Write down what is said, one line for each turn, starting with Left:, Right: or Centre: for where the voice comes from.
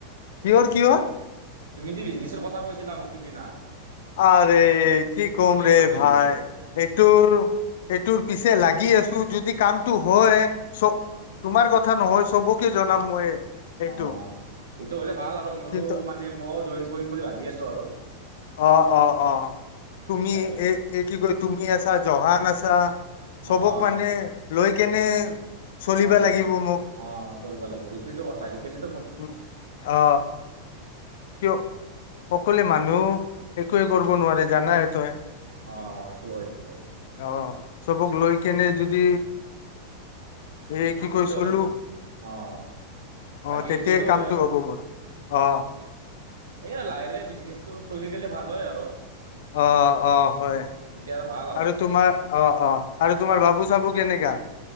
Left: কিহৰ কিহৰ?
Right: তুমি দি বিজনেছৰ কথা কৈছিলা মোক সিদিনা
Left: আৰে কি কম ৰে
Right: হ'ল বিজনেচটো?
Left: ভাই এইটোৰ এইটোৰ পিছে লাগি আছো যদি কামটো হয় চ
Right: অ'
Left: তোমাৰ কথা নহয় চবকে জনাম মই। সেইটো
Right: অ সিটো হলে ভাল আৰু মোৰো
Left: কিন্তু
Right: মানে মইও জইন কৰিম বুলি ভাবি আছো আৰু।
Left: অ অ অ তুমি
Right: তাকে
Left: এ কি ক তুমি আছা জহান আছা চবক
Right: অ'
Left: মানে লৈ কেনে চলিবা
Right: যাব পাৰি
Left: লাগিব মোক
Right: অ চলিব লাগিব সেইটোৱেতো কথা সেইকাৰণে
Left: উ অ ক অকলে মানুহ একোৱে কৰিব নোৱাৰি জানাই তই
Right: অ হয়টো হয়
Left: অ চবক লৈ কেনে যদি এ কি
Right: এতিতো
Left: কয় চলো
Right: অল, অ'! বাকী
Left: অ তেতিয়াই
Right: সেইতিতো
Left: কামটো
Right: হয় আৰু,
Left: হ'ব মোৰ অ
Right: সেইয়া লাহে লাহে বিজি কেছটো চলি গ'লে ভাল হয় আৰু।
Left: অ' অ' হয়!
Right: তেতিয়া ভাল
Left: আৰু তোমাৰ,
Right: মানে
Left: অ'! অ'! আৰু তোমাৰ, বাবু চাবু কেনেকা?